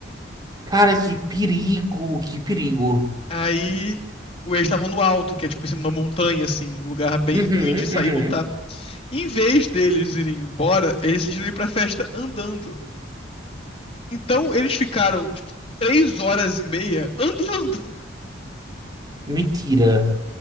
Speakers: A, on the right; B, on the left.
A: Cara, que perigo, que perigo.
B: Aí o- eles estavam no alto, que é tipo em cima de uma montanha, assim, um lugar bem
A: Uhum,
B: ruim de sair
A: uhum.
B: e voltar. Em vez deles irem embora, eles decidiram ir pra festa andando. Então eles ficaram, tipo, três horas e meia andando <laughs>
A: Mentira.